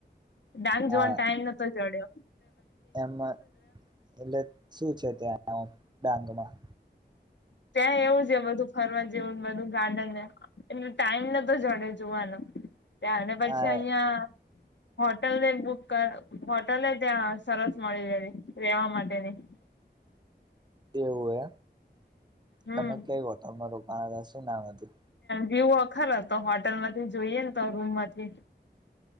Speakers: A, on the left (about 80°); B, on the right (about 25°).
A: ડાંગ
B: હા
A: જોવાન ટાઈમ નતો ચડ્યો
B: એમાં એટલે શું છે ત્યાં ડાંગમાં
A: ત્યાં એવું છે બધું ફરવા જેવુંને બધું ગાર્ડનને એટલે ટાઈમ ન તો જડે જોવાનો એાવણે પછી
B: હા
A: અહી્યાયા હોટલ ને બુક કર હોટલ ને ત્યાં સરસ મળી રહેવી રેવા માટેની <inaudible>
B: એવું એ
A: હમ
B: તમે કેયો તમારું પા શું નામ હતું
A: વ્યુ વખર તો હોટેલમાંથી જોઈએ ને તો રૂમમાંથી